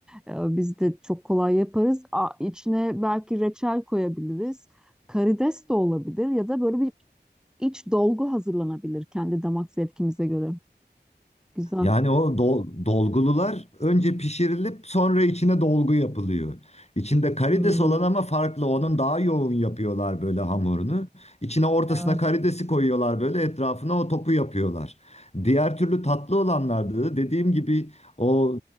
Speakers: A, in the centre; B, on the left.
A: e, biz de çok kolay yaparız. A, içine belki reçel koyabiliriz. Karides de olabilir ya da böyle bir iç dolgu hazırlanabilir kendi damak zevkimize göre. Güzel.
B: Yani o dol- dolgulular önce pişirilip sonra içine dolgu yapılıyor. İçinde karides
A: Hmm,
B: olan ama farklı. Onun daha yoğun yapıyorlar böyle hamurunu. İçine ortasına
A: Evet.
B: karidesi koyuyorlar böyle etrafına o topu yapıyorlar. Diğer türlü tatlı olanlarda da dediğim gibi o